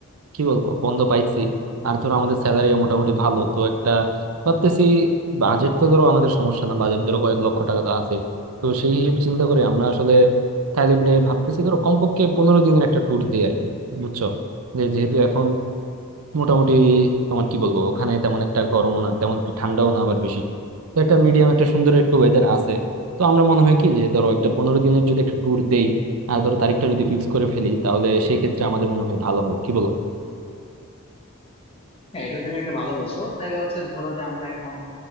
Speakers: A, on the right; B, on the left.
A: কি বলবো বন্ধ পাইছি আর ধরো আমাদের স্যালারি মোটামুটি ভালো তো একটা ভাবতেছি বাজেট তো ধরো আমাদের সমস্যা না বাজেট ধরো কয়েক লক্ষ টাকা তো আছে তো সেই হিসেবে চিন্তা করে আমরা আসলে থাইল্যান্ডে ভাবতেছি ধরো কমপক্ষে পনেরো দিনের একটা ট্যুর দিই আর কি বুঝছো যে যেহেতু এখন মোটামুটি তোমার কি বলবো ওখানে তেমন একটা গরমও না তেমন একটা ঠান্ডাও না আবার বেশি তো একটা মিডিয়াম একটা সুন্দর একটু ওয়েদার আছে তো আমরা মনে হয় কি যে ধরো একটা পনেরো দিনের যদি একটা ট্যুর দেই আর ধরো তারিখটা যদি ফিক্স করে ফেলি তাহলে সেই ক্ষেত্রে আমাদের মনে হয় ভালো হয় কি বলো
B: হ্যাঁ এটা তুমি একটা ভালো বলছো তাইলে হচ্ছে ধরো যে আমরা এখন